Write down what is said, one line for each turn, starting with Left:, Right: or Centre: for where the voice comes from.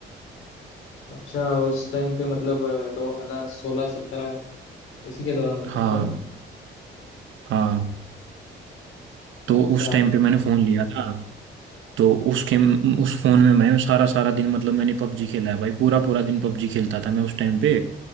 Left: अच्छा उस टाइम पे मतलब दो हजार सोलह सत्रह उसी के दौरान कुछ
Right: हाँ
Left: है ना
Right: हाँ तो
Left: अच्छा
Right: उस टाइम
Left: तो,
Right: पे मैंने फोन लिया था तो उस गेम उस फोन में मैं सारा सारा दिन मतलब मैंने पबजी खेला है भाई पूरा पूरा दिन पबजी खेलता था मैं उस टाइम पे